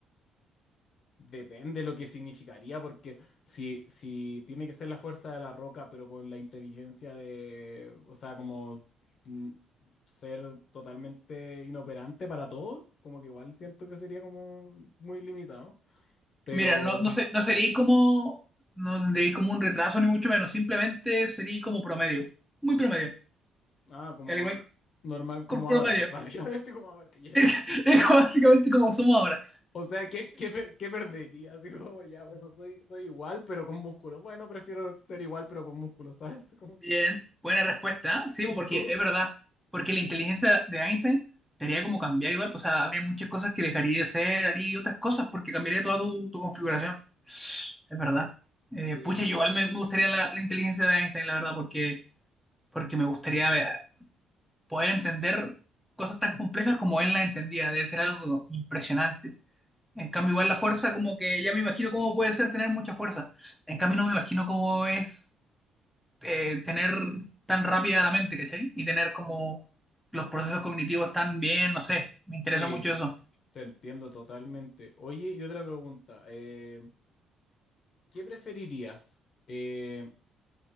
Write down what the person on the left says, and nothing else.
depende lo que significaría, porque si, si tiene que ser la fuerza de la roca, pero con la inteligencia de, o sea, como mm, ser totalmente inoperante para todo, como que igual siento que sería como muy limitado. Pero,
ah, como
normal, como
ahora, <laughs> básicamente como ahora, ya.
O sea, ¿qué, qué, per- qué perdería? Así como, ya, bueno, soy, soy igual, pero con músculo. Bueno, prefiero ser igual, pero con músculo, ¿sabes? <laughs> Como,
¿y
tú?
Sí.
Sí,
sí,
te entiendo totalmente. Oye, y otra pregunta, eh, ¿qué preferirías? Eh,